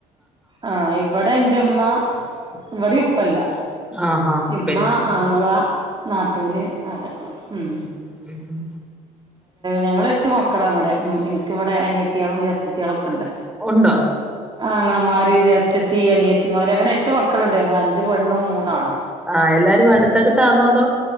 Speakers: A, on the right; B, in the centre.
A: ആഹ് ഇവിടെ എന്റെമ്മ ഇവിടെ ഉപ്പല്ല
B: ആഹ് ആഹ്
A: ഇമ്മ
B: പിന്നെ
A: ആങ്ങള നാത്തൂന് അതൊക്കെ ഉം
B: ഉം
A: ഞങ്ങള് എട്ട് മക്കള ഇവിടെ എനിക്കിവിടെ അനിയത്തിയാളും ജാസ്റ്റത്തിയാളും ഒക്കെ ഉണ്ട്
B: ഉണ്ടോ
A: ആ അങ്ങങ്ങളന്മാര് ജ്യേഷ്ഠത്തി അനിയത്തിമാര് അങ്ങനെ എട്ട് മക്കളുണ്ട് ഞങ്ങൾ അഞ്ചു പെണ്ണും മൂന്നാണും
B: ആഎല്ലാരും അടുത്തടുത്താണോ അതോ